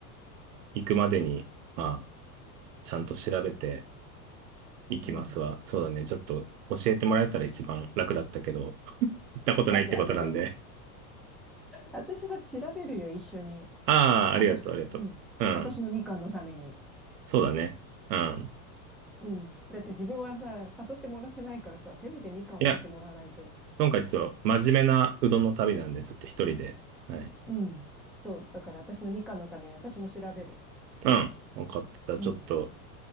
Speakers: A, on the right; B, in the centre.
A: 行くまでに、まあ、ちゃんと調べていきますわ。
B: そうだね。
A: そうだね。ちょっと教えてもらえたら一番楽だったけど、<laughs> 行ったことないってことなんで。
B: あ、じゃあ、私も、<laughs> 私は調べるよ、一緒に。
A: ああ、ありがとう、
B: 私、
A: ありがとう。
B: うん。
A: うん。
B: 私のみかんのために。
A: そうだね。うん。
B: うん。だって自分はさ、誘ってもらってないからさ、せめてみかん送ってもらわないと。
A: いや、今回ちょっと真面目なうどんの旅なんで、ちょっと一人で。はい。
B: うん。そう。だから私のみかんのために私も調べる。
A: うん。わかった。じゃあちょっと
B: うん。